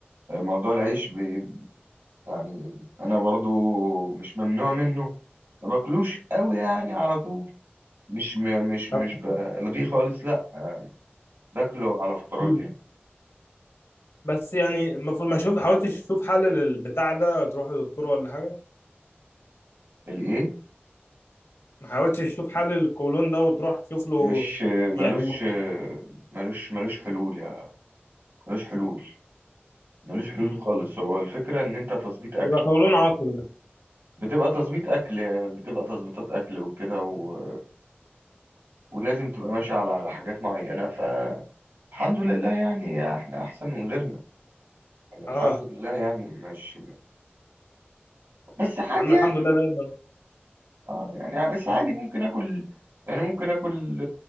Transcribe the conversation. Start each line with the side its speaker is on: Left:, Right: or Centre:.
Right: موضوع العيش بي يعني انا برضو مش ممنوع منه ما باكلوش قوي يعني على طول مش م... مش
Left: طب
Right: مش بلغيه خالص لا باكله على فترات
Left: مم.
Right: يعني
Left: بس يعني المفروض ما شوف حاولتش تشوف حل للبتاع ده تروح لدكتور ولا حاجه
Right: الايه
Left: ما حاولتش تشوف حل للقولون ده وتروح تشوف له
Right: مش ملوش
Left: يعني
Right: ملوش ملوش حلول يعني ملوش حلول ملوش
Left: مم.
Right: حلول خالص هو الفكرة ان انت تظبيط اكل
Left: يبقى قولون عصبي ده
Right: بتبقى تظبيط اكل بتبقى تظبيطات اكل وكده و... ولازم تبقى ماشي على على حاجات معينة فالحمد لله يعني احنا احسن من غيرنا يعني الحمد
Left: اه
Right: لله يعني ماشي بس عادي
Left: عم
Right: يعني
Left: الحمد لله دايما
Right: اه يعني بس عادي
Left: آه.
Right: ممكن اكل يعني ممكن اكل